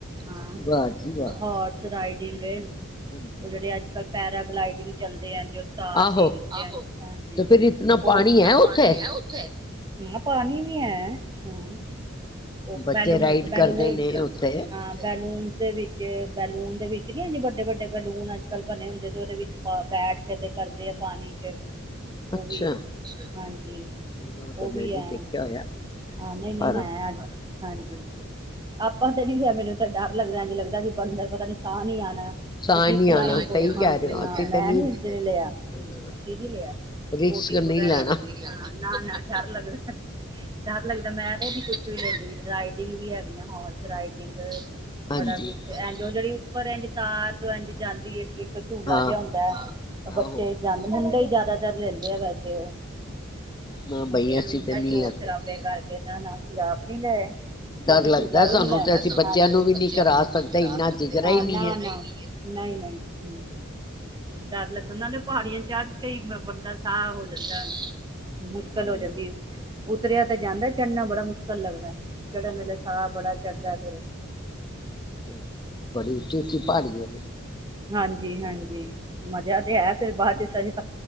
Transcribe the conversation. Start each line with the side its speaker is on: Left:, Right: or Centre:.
Right: ਹਾਂ
Left: ਵਾ ਜੀ ਵਾਹ।
Right: ਹੋਰਸ ਰਾਈਡਿੰਗ ਏ,
Left: ਹਾਂਜੀ
Right: ਓ ਜੇੜੇ ਅੱਜ-ਕੱਲ ਪੈਰਾਗਲਾਈਡਿੰਗ ਚੱਲਦੇ ਐੰਜ <unintelligible>
Left: ਆਹੋ ਤੇ ਫਿਰ ਇਤਨਾ ਪਾਣੀ ਹੈ ਉੱਥੇ
Right: ਪਾਨੀ ਐ ਓੱਥੇ ਹਾਂ ਪਾਨੀ ਵੀ ਐ, ਹਾਂ ਓ
Left: ਬੱਚੇ
Right: ਬੈਲੂਨ-ਬੈਲੂਨ
Left: ਰਾਈਡ ਕਰਦੇ
Right: ਰਾਈਡ ਕਰਦੇ
Left: ਉੱਥੇ
Right: ਨੇ, ਹਾਂ। ਬੈਲੂਨ ਦੇ ਵਿੱਚ ਬੈਲੂਨ ਦੇ ਵਿੱਚ ਨੀ ਏਂਜ ਵੱਡੇ-ਵੱਡੇ ਬੈਲੂਨ ਅੱਜ-ਕੱਲ ਬਣੇ ਹੁੰਦੇ ਤੇ ਓਦੇ ਵਿੱਚ ਪ ਬੈਠ ਕੇ ਤੇ ਕਰਦੇ ਆ ਪਾਨੀ ਚ ਓਵੀ,
Left: ਅੱਛਾ
Right: ਹਾਂਜੀ,
Left: ਉਦੋਂ ਤਾਂ
Right: ਓਵੀ
Left: ਮੈਂ ਨੀ
Right: ਐ।
Left: ਦੇਖਿਆ ਹੋਇਆ
Right: ਹਾਂ ਨਈ-ਨਈ
Left: ਪਰ
Right: ਹੈ ਅੱਜ ਹਾਂਜੀ,
Left: ਅੱਛਾ
Right: ਆਪਾਂ ਤੇ ਨੀ ਗਿਆ ਮੈਨੂੰ ਤੇ ਡਰ ਲੱਗਦਾ ਏਝ ਲੱਗਦਾ ਕਿ ਬੰਦਰ ਪਤਾ ਨੀ ਸਾਹ ਨੀ ਆਣਾ
Left: ਸਾਹ
Right: ਓ ਜਿਪ
Left: ਨਹੀਂ
Right: ਲਾਈਨ
Left: ਆਣਾ ਸਹੀ
Right: ਹਾਂਜੀ
Left: ਕਹਿ ਰਹੇ ਹੋ
Right: ਹਾਂ
Left: ਅਸੀਂ ਤਾਂ
Right: ਮੈਂ
Left: ਨਹੀਂ
Right: ਨੀ ਲਯਾ ਹ
Left: ਅ
Right: ਅਸੀਂ ਨੀ ਲਯਾ।
Left: ਰਿਸਕ
Right: ਬੋਟਿੰਗ
Left: ਨਹੀਂ
Right: ਵਗੈਰਾ
Left: ਲੈਣਾ
Right: <unintelligible> ਨਾ-ਨਾ ਡਰ ਲੱਗਦਾ, ਡਰ ਲੱਗਦਾ ਮੈਂ ਤਾਂ ਨੀ ਕੁੱਛ ਵੀ ਲੈਂਦੀ ਰਾਈਡ ਟੀਗ ਵੀ ਹੈਗੀਆਂ ਹੋਰਸ ਰਾਈਡਿੰਗ,
Left: ਹਾਂਜੀ
Right: ਬੜਾ ਕੁਛ ਐਂਝ ਓ ਜੋ ਜੇੜੀ ਫਰ ਏਝ ਤਾਰ ਤੋਂ ਏਝ ਜਾਂਦੀ ਏ, ਏਕ ਝੂਲਾ
Left: ਹਾਂ
Right: ਜੇਆ ਹੁੰਦਾ ਐ, ਓ ਬੱਚੇ
Left: ਆਹੋ
Right: ਜਾਂਦੇ ਮੁੰਡੇ ਈ ਜ਼ਿਆਦਾਤਰ ਲੈਂਦੇ ਆ ਵੈਸੇ ਓ
Left: ਨਾ
Right: ਮੁੰਡਿਆਂ
Left: ਬਈ ਅਸੀਂ
Right: ਨੂੰ ਹੁੰਦਾ
Left: ਤੇ ਨਹੀਂ
Right: ਸ਼ੋਰ
Left: ਲੈਂਦੇ
Right: ਸ਼ਰਾਬੇ ਕਰਕੇ ਨਾ-ਨਾ ਅਸੀਂ ਆਪ ਨੀ ਲੈਏ
Left: ਡਰ
Right: ਮੈਂ ਤੇ
Left: ਲੱਗਦਾ
Right: ਝੂਲਾ
Left: ਸਾਨੂੰ
Right: ਵੀ ਲੇ
Left: ਤੇ ਅਸੀਂ ਬੱਚਿਆਂ
Right: ਹਾਂਜੀ
Left: ਨੂੰ ਵੀ
Right: ਬੱਚਿਆਂ
Left: ਨਹੀਂ ਕਰਾ
Right: ਨੂੰ ਵੀ
Left: ਸਕਦੇ
Right: ਕੀ ਕਰਾ
Left: ਇੰਨਾ
Right: ਸਕਦੇ
Left: ਜਿਗਰਾ
Right: ਨਾ-ਨਾ
Left: ਹੀ ਨਹੀਂ ਹੈ
Right: ਨਈ-ਨਈ ਰੂੰ ਡਰ ਲੱਗਦਾ ਨਾਲੇ ਪਾੜੀਆਂ ਚੜ ਕੇ ਈ ਬੰਦਾ ਸਾਹ ਹੋ ਜਾਂਦਾ, ਮੁਸ਼ਕਿਲ
Left: ਹਮ
Right: ਹੋ ਜਾਂਦੀ। ਉਤਰਿਆ ਤੇ ਜਾਂਦਾ ਚੜ੍ਹਨਾ ਬੜਾ ਮੁਸ਼ਕਿਲ ਲੱਗਦਾ ਏ, ਚੜ੍ਹਨ ਵੇਲੇ ਸਾਹ ਬੜਾ ਚੜਦਾ ਫੇਰ ਅ
Left: ਅੱਛਾ, ਬੜੀ ਉੱਚੀ-ਉੱਚੀ ਪਾੜੀਆ ਨੇ
Right: ਹਾਂਜੀ-ਹਾਂਜੀ ਮਜਾ ਤੇ ਐ ਫੇਰ ਬਾਦ ਚ ਸਜ਼ਾ,